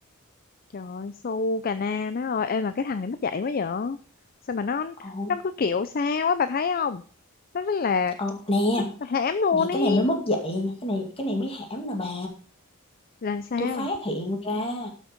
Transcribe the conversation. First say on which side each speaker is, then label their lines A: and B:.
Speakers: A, on the left; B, on the left.
A: trời ơi su cà na má ơi ê mà cái thằng này mất dạy quá vậy sao mà nó
B: Ồ,
A: nó cứ kiểu sao á bà thấy không nó rất là
B: ồ, nè,
A: nó hãm luôn
B: nè
A: ý
B: cái này mới mất dạy nè, cái này cái này mới hãm nè bà.
A: làm sao
B: Tôi phát hiện ra